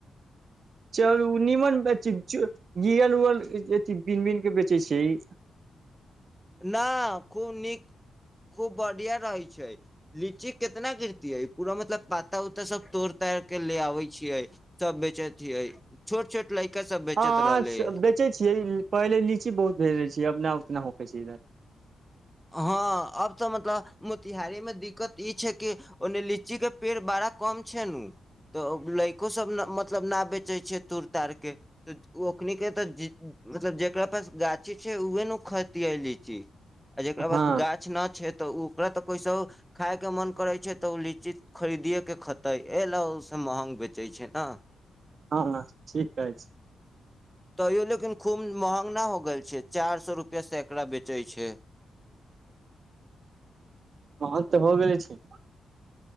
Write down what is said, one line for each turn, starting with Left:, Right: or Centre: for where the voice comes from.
Right: चलु नीमन गियल उल अथ बीन बीन के बेचै छै से
Centre: नहि खूब नीक खूब बढ़िआँ रहैत छै लीची केितना गिरती है पूरा मतलब पाता उता सब तोड़ ताड़ के ले आबे छियै सब बेचैत छियै छोट छोट लड़का सब बेचैत
Right: हँ
Centre: रहले है
Right: बेचे छियै पहिले लीची बहुत भेज रहे छी अपना उतना हो कसी
Centre: हँ अब तऽ मतलब मोतिहारी मे दिक्कत ई छै कि ओन्ने लीच ची के पेड़ बड़ा कम छै नु, त लैको सब मतलब ना बेचै छै तुड़ ताड़के त ओखनि के त मतलब जेकरा पास गाछी छै उहे ने खतियै लै छै। आ जेकरा बाद
Right: हँ
Centre: गाछ न छै त ऊ वैह तो कहै छौ खााय के मन करे छै त ओ लीची खरीदिये के खेतै, ए लौस महग बेचै छै न
Right: हँ ठीक कहै छी
Centre: तैयो लेकिन खुब महंग ना हो गेल छै, चार सौ रुपया सैकड़ा बेचै छै।
Right: महग त हो गेले छै।